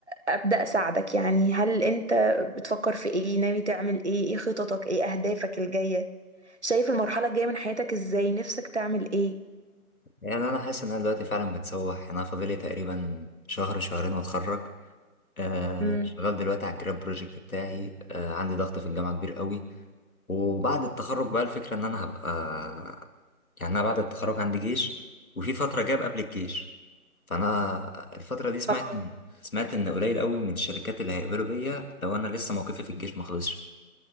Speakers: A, on the right; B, on the left.
A: أبدأ أساعدك يعني هل أنت بتفكر في إيه ناوي تعمل إيه إيه خططك إيه أهدافك الجاية شايف المرحلة الجاية من حياتك إزاي نفسك تعمل إيه
B: يعني انا حاسس ان انا دلوقتي فعلا متسوح يعني انا فاضلي تقريبا شهر شهرين واتخرج آه
A: امم
B: شغال دلوقتي على الجراب بروجكت بتاعي آه عندي ضغط في الجامعه كبير قوي وبعد التخرج بقى الفكره ان انا هبقى يعني انا بعد التخرج عندي جيش وفي فتره جاب قبل الجيش فانا الفتره دي سمعت
A: اه
B: إن- سمعت ان قليل قوي من الشركات اللي هيقبلوا بيا لو انا لسه موقفي في الجيش ما خلصش